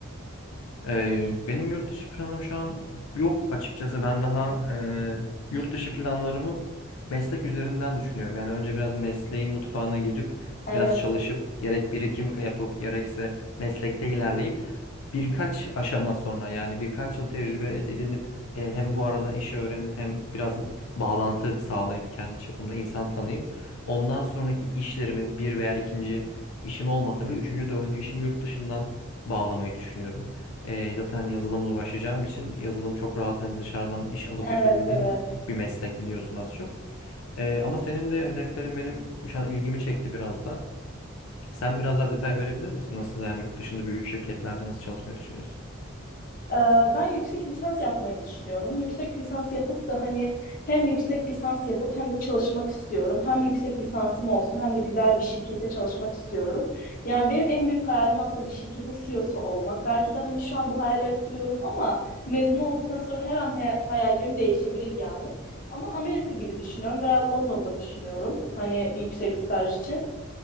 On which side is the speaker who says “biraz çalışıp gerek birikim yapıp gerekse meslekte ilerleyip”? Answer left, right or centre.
Left